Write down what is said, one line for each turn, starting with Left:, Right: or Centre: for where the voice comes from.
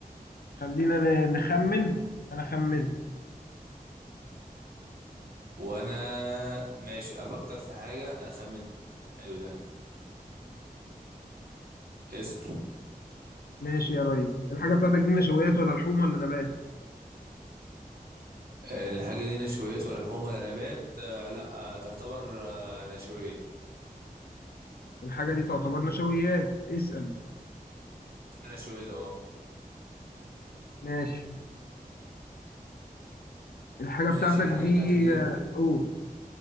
Left: خلينا ن- نخمن انا خمنت
Right: وانا ماشي افكر في حاجة انا خمنت حلو ده اسأل
Left: ماشي يا ريس الحاجه بتاعتك دي نشويات ولا لحوم ولا نبات
Right: آه، الحاجة دي نشويات ولا لحوم ولا نبات آه، لا آه، تعتبر آه، نشويات
Left: الحاجه دي تعتبر نشويات اسال
Right: نشويات اه
Left: ماشي الحاجه
Right: ماشي
Left: بتاعتك
Right: الحاجة
Left: دي
Right: بتاعتك دي لحوم
Left: آه، قول